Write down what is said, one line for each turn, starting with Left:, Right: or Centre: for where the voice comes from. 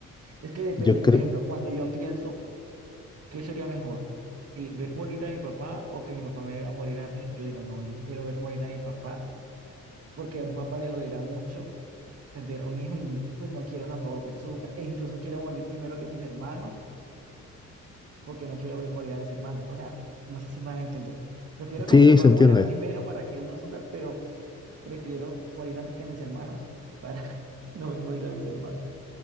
Right: Es que depende,
Left: Yo
Right: por
Left: creo...
Right: ejemplo, cuando yo pienso, ¿qué sería mejor? Eh, ¿Ver morir a mi papá o que mi papá me vea morir a mí? Yo digo, no, yo prefiero ver morir a mi papá, porque a un papá le dolerá mucho perder a un hijo y pues no quiero tampoco que él sufra. E incluso quiero morir primero que mis hermanos porque no quiero ver morir a mis hermanos. O sea, no sé si me van a entender. Prefiero que
Left: Sí,
Right: mi papá
Left: se entiende.
Right: muera primero para que él no sufra, pero prefiero morir antes que mis hermanos para <laughs> no ver morir a mis hermanos.